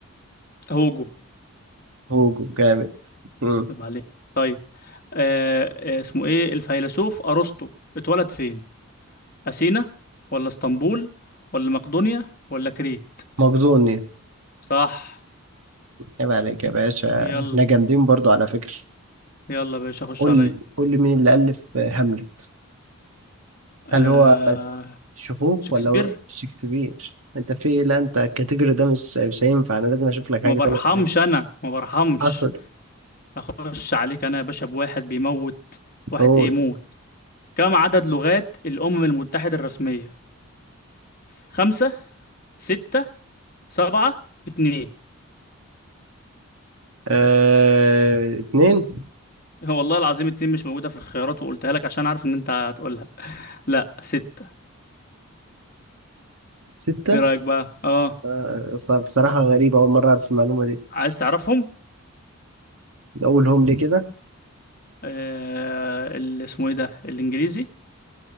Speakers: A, on the left (about 40°); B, on the right (about 75°).
A: هوجو
B: هوجو جامد مم.
A: طيب عليك طيب آه آه، اسمه ايه الفيلسوف أرسطو اتولد فين أثينا ولا اسطنبول ولا مقدونيا ولا كريت
B: مقدوني
A: صح
B: عيب عليك يا باشا
A: يلا
B: احنا جامدين برضو على فكرة
A: يلا يا باشا خش
B: قول
A: عليا
B: قول لي مين اللي ألف هاملت
A: آه
B: هل هو شخوخ
A: شكسبير
B: ولا هو شكسبير انت في إيه؟ لا انت الكاتيجوري ده مش مش هينفع انا لازم اشوف لك حاجة
A: ما برحمش
B: تانية أسألك.
A: انا ما برحمش
B: اصل
A: اخش عليك انا يا باشا بواحد بيموت واحد
B: قول
A: ايه موت كم عدد لغات الامم المتحدة الرسمية خمسة ستة سبعة اتنين
B: اه... اتنين
A: هو والله العظيم اتنين مش موجودة في الخيارات وقلتها لك عشان عارف ان انت هتقولها لا ستة
B: ستة
A: ايه رأيك بقى اه
B: آه، صعب- بصراحة غريبة أول مرة أعرف المعلومة دي
A: عايز تعرفهم
B: أقولهم لي كده
A: آه اللي اسمه ايه ده الانجليزي